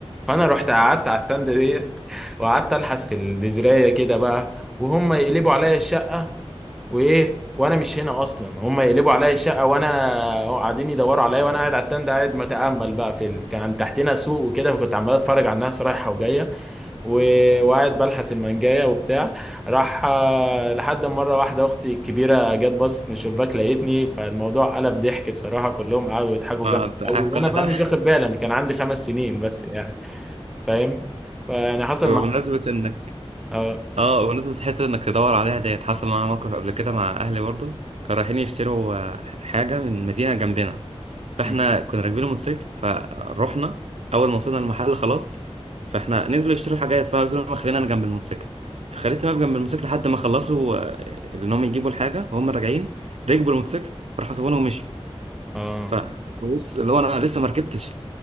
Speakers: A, in the centre; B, on the right.
A: فانا رحت قعدت على التند ديت وقعدت الحس في البزرايه كده بقى وهم يقلبوا عليا الشقه وايه وانا مش هنا اصلا هم يقلبوا عليا الشقه وانا قاعدين يدوروا عليا وانا قاعد على التند قاعد متامل بقى في ال... كان تحتنا سوق وكده فكنت عمال اتفرج على الناس رايحه وجايه و- وقاعد بلحس المانجايه وبتاع راح آه، لحد ما مره واحده اختي الكبيره جت بصت من الشباك لقيتني فالموضوع قلب ضحك بصراحه كلهم قعدوا يضحكوا
B: آه،
A: جامد
B: أنت قاعد
A: قوي
B: كل
A: وانا بقى
B: ده
A: مش واخد بالي انا كان عندي خمس سنين بس يعني فاهم فانا
B: <laughs>
A: حصل
B: بمناسبة
A: مع
B: انك
A: اه
B: اه بمناسبة حتة انك تدور عليها ديت حصل معايا موقف قبل كده مع اهلي برضه كانوا رايحين يشتروا آه، حاجة من مدينة جنبنا فاحنا
A: م-
B: كنا راكبين الموتوسيكل فروحنا اول ما وصلنا المحل خلاص فاحنا نزلوا يشتروا الحاجات فانا قلت لهم خلينا انا جنب الموتوسيكل فخليتني واقف جنب الموتوسيكل لحد ما خلصوا آه، ان هم يجيبوا الحاجة وهم راجعين ركبوا الموتوسيكل راحوا سابونا ومشوا
A: اه
B: فبص اللي هو انا لسه ما ركبتش